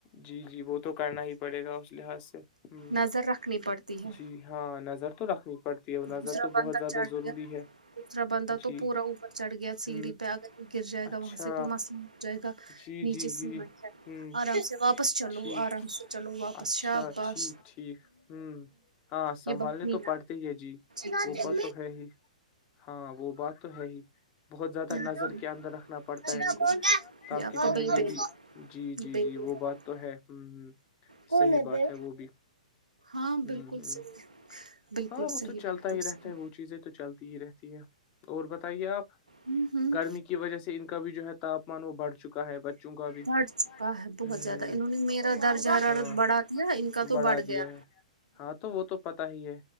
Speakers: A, on the left; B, on the right.
A: جی جی وہ تو کرنا ہی پڑے گا اس لحاظ سے ہ
B: نظر رکھنی پڑتی ہے
A: جی ہاں نظر تو رکھنی پڑتی ہے نظر
B: دوسرا
A: تو
B: بندہ
A: بہت زیادہ
B: چڑھ
A: ضروری
B: گیا
A: ہے
B: دوسرا بندہ تو
A: جی
B: پورا اوپر چڑھ گیا سیڑھی
A: ہ
B: پہ آگر گر جائے
A: اچھا
B: گا وہاں سے تو مس ہو جائے گا
A: جی
B: نیچے
A: جی جی
B: سیمٹ
A: ہ
B: آرام سے واپ واپس چلو
A: ٹھیک
B: آرام سے چلو واپس
A: اچھا
B: شاہ بس
A: ٹھیک ٹھیک ہوں ہاں سنبھالنے
B: یہ بات نہیں
A: تو پڑتے ہی ہے جی
B: جی
A: وہ
B: جی
A: بات تو ہے ہی ہاں وہ بات تو ہے ہی بہت زیادہ
B: ہوں
A: نظر
B: ہوں
A: کے اندر رکھنا پڑتا
B: جی
A: ہے
B: جی
A: ان کو
B: جی
A: تاکہ
B: یہ آپ کا
A: جو ہے
B: بیبی
A: یہ بھی جی
B: یہ
A: جی
B: بیبی
A: جی
B: ہے
A: وہ بات
B: آپ
A: تو ہے ہم ہم
B: کا ہوں
A: صحی بات ہے وہ بھی
B: ہاں
A: ہوں
B: بالکل
A: ہوں
B: صحیح بالکل
A: ہاں وہ
B: صحیح
A: تو چلتا
B: بالکل
A: ہی
B: صحیح
A: رہتا ہے وہ چیزیں تو چلتی ہی رہتی اور بتائیے آپ
B: ہوں ہوں
A: گرمی کی وجہ سے ان کا بھی جو ہے تاپمان وہ بڑھ چکا ہے بچوں کا بھی
B: بڑھ چکا ہے بہت
A: ہوں
B: زیادہ انہوں نے میرا درجہ حرارت
A: ہاں
B: بڑھا دیا ان کا تو
A: بڑھا
B: بڑھ
A: دیا
B: گیا
A: ہے ہاں تو وہ تو پتا ہی ہے